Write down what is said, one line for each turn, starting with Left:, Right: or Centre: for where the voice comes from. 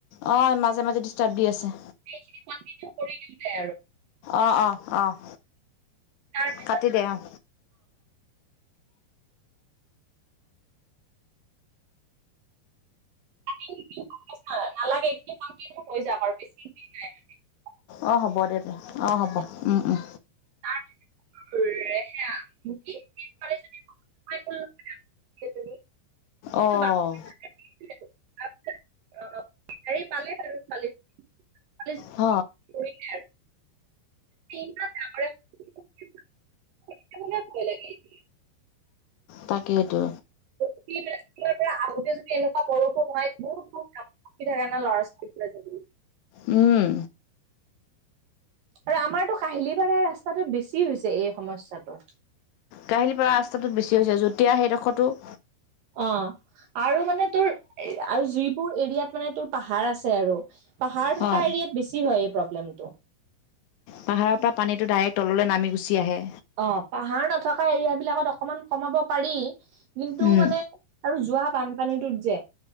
Left: অ', মাজে-মাজে ডিষ্টাৰ্ব দি আছে।
Right: সেইখিন কন্টিনিউ কৰি দিওঁ দে আৰু
Left: অ', অ', অ',
Right: তাৰপিছত
Left: কাটি দে, অ'।
Right: <unintelligible> নালাগে, এইখিনি কন্টিনিউ হৈ যাওক আৰু, বেছি হেৰি, নাই মানে
Left: অ', হ'ব দে, থ', অ', হ'ব, উম, উম।
Right: তাৰপিছত তোৰ <unintelligible> সেই তুমি এইটো <unintelligible>
Left: অ',
Right: <unintelligible> হেৰি পালে বাৰু, ছোৱালী <unintelligible>
Left: হ
Right: কৰিলে আৰু ট্ৰেইনত আমাৰে <unintelligible> মাইকী মানুহৰে ভয় লাগে <unintelligible>
Left: তাকেই তো
Right: <unintelligible> তেতিয়াৰ পৰা আহোঁতে যদি, এনেকুৱা বৰষুণ হয় <unintelligible> কিন্তু, এনে ল'ৰা-ছোৱালী <unintelligible>
Left: উম।
Right: আৰু আমাৰতো কাহিলীপাৰা ৰাস্তাটোত বেছি হৈছে, এই সমস্যাটো
Left: কাহিলীপৰাৰ ৰাস্তাটো বেছি হৈছে যেতিয়া সেই দষটো -
Right: অ, আৰু মানে তোৰ আৰু যিবোৰ এৰিয়াত মানে তোৰ পাহাৰ আছে আৰু। পাহাৰ
Left: হয়
Right: থকা এৰিয়াত বেছি হয় এই প্ৰব্লেমটো।
Left: পাহাৰৰ পৰা পানীটো ডাইৰেক্ট তললে নামি গুছি আহে।
Right: অ, পাহাৰ নথকা এৰিয়া বিলাকত অকমান কমাব পাৰি। কিন্তু
Left: উম,
Right: মানে - আৰু যোৱা বানপানীটোত যে